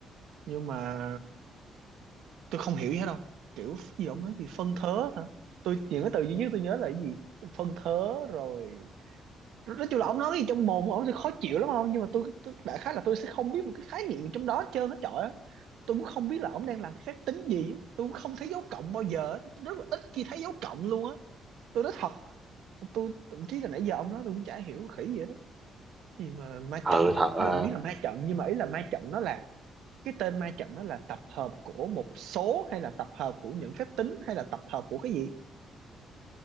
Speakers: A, on the right; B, on the right.
A: nhưng mà tôi không hiểu gì hết đâu kiểu gì đó ông nói gì phân thớ hả tôi những cái từ duy nhất tôi nhớ là cái gì phân thớ rồi nói chung là ông nói cái gì trong mồm của ông thì khó chịu lắm không nhưng mà tôi, tôi đại khái là tôi sẽ không biết một cái khái niệm gì trong đó hết trơn hết trời á tôi cũng không biết là ông đang làm cái phép tính gì tôi cũng không thấy dấu cộng bao giờ á. rất là ít khi thấy dấu cộng luôn á tôi nói thật tôi thậm chí là nãy giờ ông nói tôi cũng chả hiểu khỉ gì đó gì mà ma
B: ờ
A: trận
B: thật
A: ý
B: à,
A: là biết là ma trận nhưng mà ý là ma trận nó là cái tên ma trận đó là tập hợp của một số hay là tập hợp của những phép tính hay là tập hợp của cái gì